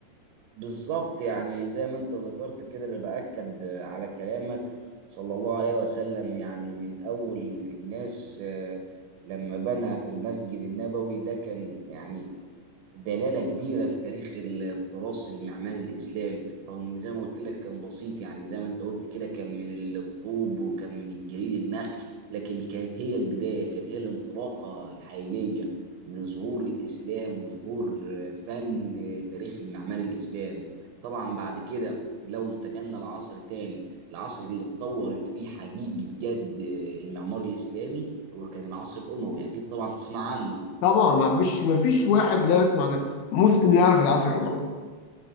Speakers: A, on the right (about 80°); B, on the left (about 70°).
A: بالظبط يعني زي ما انت ذكرت كده اللي باكد على كلامك صلى الله عليه وسلم يعني من اول الناس آه، لما بنى المسجد النبوي ده كان يعني دلالة كبيرة في تاريخ التراث المعماري الإسلامي رغم إن زي ما قلت لك كان بسيط يعني زي ما أنت قلت كده كان من الطوب وكان من الجليد النخل لكن كانت هي البداية كانت هي الانطلاقة الحقيقية لظهور الإسلام وظهور فن تاريخ المعماري الإسلامي طبعا بعد كده لو انتقلنا لعصر تاني العصر اللي اتطورت فيه حقيقي بجد المعمار الإسلامي هو كان العصر الأموي أكيد طبعا تسمع عنه
B: طبعا ما فيش ما فيش واحد لا يسمع مسلم لا يعرف العصر الاموي